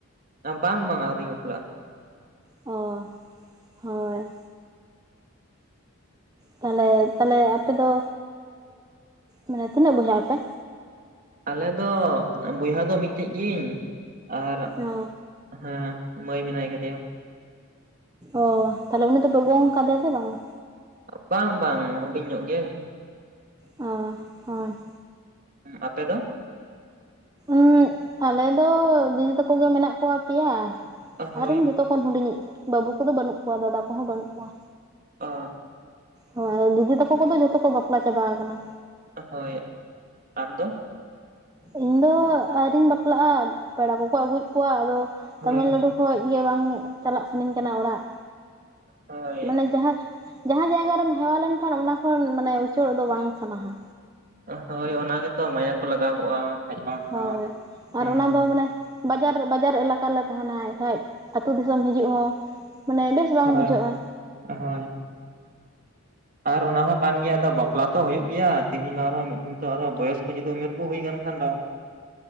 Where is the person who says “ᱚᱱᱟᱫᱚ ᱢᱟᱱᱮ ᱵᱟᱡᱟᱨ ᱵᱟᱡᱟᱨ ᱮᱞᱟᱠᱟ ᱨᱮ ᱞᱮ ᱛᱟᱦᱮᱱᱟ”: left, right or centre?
Right